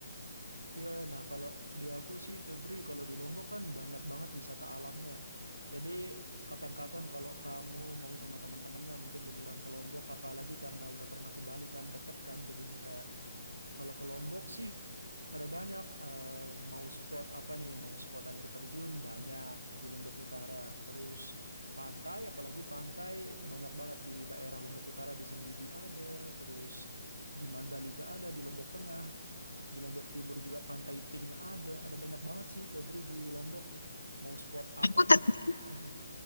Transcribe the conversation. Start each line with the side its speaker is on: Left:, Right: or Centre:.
Right: Iya, nah kalau di aku sih Febri kalau di Lombok kan banyak banget wisata alamnya. ya. Jadi kapan-kapan kalau kamu mau sama teman-temannya mungkin liburan ke Lombok apalagi karena udah pernah ke Bali kan deket kan jadinya kayak Kalau ke Lombok sih ada banyak eh, mau spot apa nih? Mau spot air terjun banyak di Lombok Utara. Terus pantai, apalagi pantai banyak banget di daerah Lombok Utara di Senggigi ada, terus di Mandalika ada, di Lombok Tengah, di Lombok Timur juga Pantai Pink ada. Ada banyak banget sih Febri di Lombok. Mau spot apa?
Left: <laughs> aku
Right: Pegu-
Left: tet-
Right: Mm-mm.